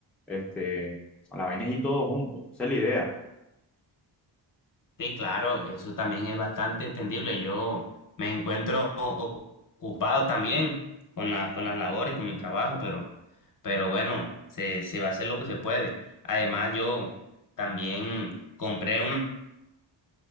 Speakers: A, in the centre; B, on the left (about 45°).
A: este, la vaina es ir todos juntos, esa es la idea.
B: Sí, claro, eso también es bastante entendible. Yo me encuentro o- ocupado también con la, con las labores, con mi trabajo, pero, pero bueno, se, se va a hacer lo que se puede. Además, yo también compré